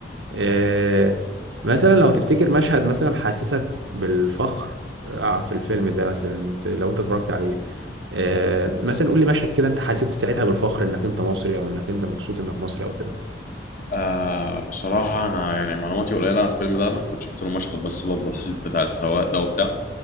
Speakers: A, on the right; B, on the left.
A: آه، مثلا لو تفتكر مشهد مثلا حسسك بالفخر آه، في الفيلم ده مثلا انت- لو انت اتفرجت عليه آه، مثلا قول لي مشهد كده انت حسيت ساعتها بالفخر انك انت مصري او انك انت مبسوط انك مصري او
B: آه بصراحة أنا يعني معلوماتي قليلة عن الفيلم ده أنا كنت شفت له مشهد بس اللي هو البسيط بتاع السواق ده وبتاع